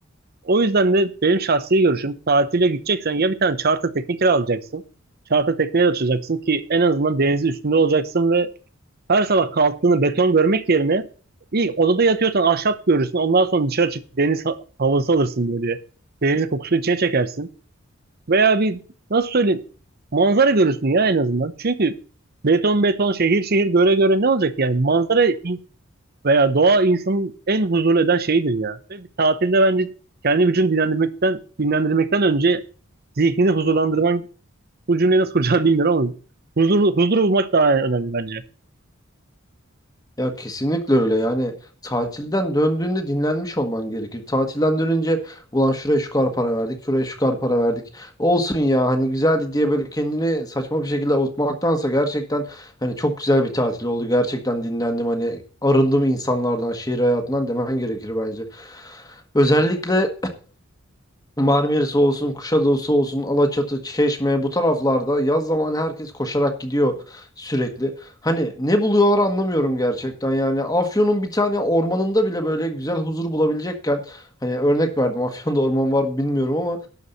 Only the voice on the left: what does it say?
Ya kesinlikle öyle yani tatilden döndüğünde dinlenmiş olman gerekir. Tatilden dönünce ulan şuraya şu kadar para verdik, şuraya şu kadar para verdik. Olsun ya hani güzeldi diye böyle kendini saçma bir şekilde avutmaktansa gerçekten hani çok güzel bir tatil oldu. Gerçekten dinlendim hani arındım insanlardan, şehir hayatından demen gerekir bence. Özellikle Marmaris olsun, Kuşadası olsun, Alaçatı, Çeşme bu taraflarda yaz zamanı herkes koşarak gidiyor sürekli. Hani ne buluyorlar anlamıyorum gerçekten yani. Afyon'un bir tane ormanında bile böyle güzel huzur bulabilecekken hani örnek verdim <laughs> Afyon'da orman var mı bilmiyorum ama